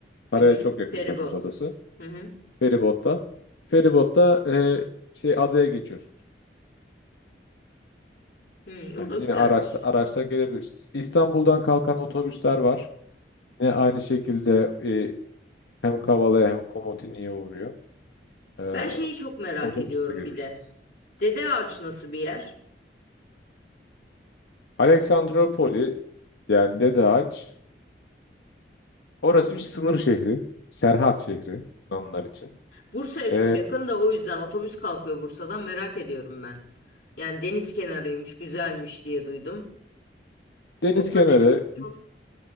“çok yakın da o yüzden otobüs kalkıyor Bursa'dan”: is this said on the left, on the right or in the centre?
Left